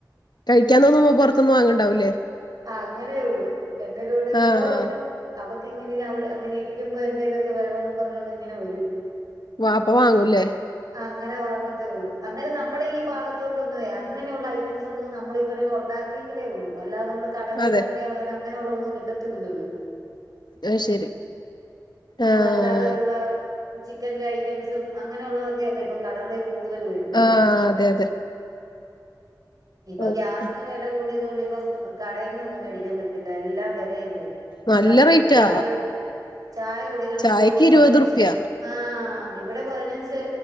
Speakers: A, on the left; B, on the right.
A: കഴിക്കാൻ തോന്നുമ്പോ പുറത്തൊന്നും വാങ്ങണ്ടാവൂല്ലേ
B: ആ അങ്ങനെ ഉള്ളു എന്തായാലുംടെ മോളുണ്ട്
A: ആഹ്
B: അവക്ക് ഇങ്ങനെ അങ്ങനെ ഇരിക്കുമ്പോ ന്തലൊക്കെ വേണന്ന് പറഞ്ഞൊണ്ട് ഇങ്ങനെ വരും
A: വ അപ്പൊ വാങ്ങൂല്ലേ
B: അങ്ങനെ വാങ്ങത്തേ ഉള്ളൂ അങ്ങനെ നമ്മുടെ ഈ ഭാഗത്തോട്ട്ൊന്ന വേ അങ്ങനെയുള്ള ഐറ്റംസ് ഒന്നും നമ്മൾ ഉണ്ടാക്കിയെങ്കിലേ ഉള്ളൂ അല്ലാതെ നമ്മുടെ കടകളിൽൊക്കെ
A: അതെ
B: ആണെ അങ്ങനെയള്ള ഒന്നും കിട്ടത്തല്ലല്ലോ
A: ആഹ ശരി
B: നമ്മളല്ലാതെയ
A: ആഹ്
B: ഉള്ള ചിക്കന്റെ ഐറ്റംസും അങ്ങനെയ ഉുള്ളതൊക്കെയ അല്ലേ ഇപ്പം കടകളിൽ കൂടുതലുവേ
A: ആഹ അതെ അതെ
B: ഇപ്പം
A: ഓക്കെ
B: ഗ്യാസിന് വില ഇതുകൊണ്ട് ഇപ്പം കടയും ഒന്നും മേടിക്കാൻ പറ്റത്തില്ല എല്ലാം വിലയല്ലേ
A: നല്ല
B: കടൽൊരു
A: റേറ്റാ
B: ചായ ചായ കുടിക്കണെ
A: ചായക്ക്
B: പോലും
A: ഇരുപത്
B: പതിനഞ്ച്
A: റുപ്യ
B: ആഹ ഇവിടെ പതിനഞ്ച്